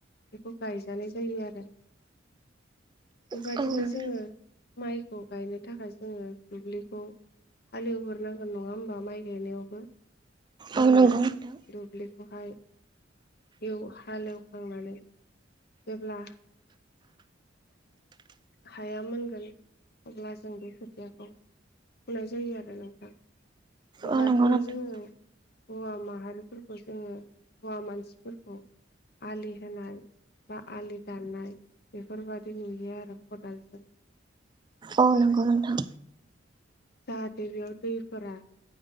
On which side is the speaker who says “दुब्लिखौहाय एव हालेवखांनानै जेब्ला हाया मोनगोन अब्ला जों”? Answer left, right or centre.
Left